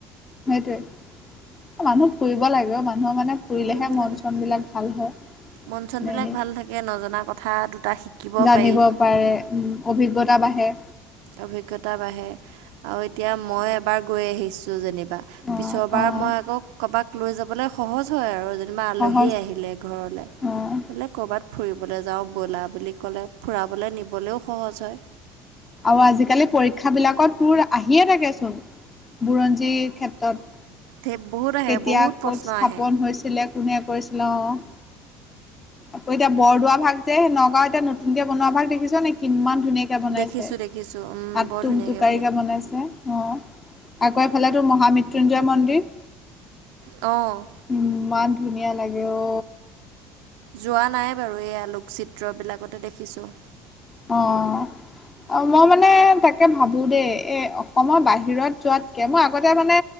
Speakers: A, on the left (about 20°); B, on the right (about 85°).
A: সেইটোৱে, এ মানুহ ফুৰিব লাগে অ', মানুহৰ মানে ফুৰিলেহে
B: ফুৰিব
A: মন
B: লাগে।
A: - চনবিলাক ভাল হয়।
B: মন চনবিলাক
A: ন এনেই,
B: ভাল থাকে, নজনা কথা দুটা শিকিব
A: জানিব
B: পাৰি।
A: পাৰে, উম অভিজ্ঞতা বা হে
B: অভিজ্ঞতা বাঢ়ে আৰু এতিয়া
A: তাৰপিছত
B: মই এবাৰ গৈ আহিছোঁ যেনি বা
A: অ',
B: পিছৰবাৰ
A: অ',
B: মই আকৌ কৰোবাক লৈ যাবলৈ সহজ হয় আৰু। তোমাৰ আলহীয়ে
A: সহজ
B: আহিলে ঘৰলৈ।
A: অ'
B: বোলে, ক'ৰবাত ফুৰিবলৈ যাওঁ ব'লা বুলি ক'লে, ফুৰাবলৈ নিবলৈও সহজ হয়।
A: আৰু আজিকালি পৰীক্ষাবিলাকত তোৰ আহিয়ে থাকেচোন, বুৰঞ্জীৰ ক্ষেত্ৰত।
B: থে বহুত আহে
A: কেতিয়া
B: বহুত
A: ক'ত
B: প্ৰশ্ন
A: স্থাপন
B: আহে
A: হৈছিলে, কোনে কৰিছিলে অ'? আকৌ এতিয়া বৰদোৱা ভাগ যে, নগাঁও এতিয়া নতুনকে বনোৱা ভাগ দেখিছ নে কি কিমান ধুনীয়াকৈ বনাইছে,
B: দেখিছোঁ দেখিছোঁ
A: আতুম-টোকাৰিকৈ
B: বৰ ধুনীয়াকৈ
A: বনাইছে। অ', আকৌ এফালে তোৰ মহামৃত্যুঞ্জয় মন্দিৰ।
B: অ'।
A: ইমান ধুনীয়া লাগে অ'।
B: যোৱা নাই বাৰু এই আলোকচিত্ৰ বিলাকতে দেখিছোঁ।
A: অ'। অ মই মানে তাকে ভাবো দেই, এ অসমৰ বাহিৰত যোৱাতকে, মই আগতে মানে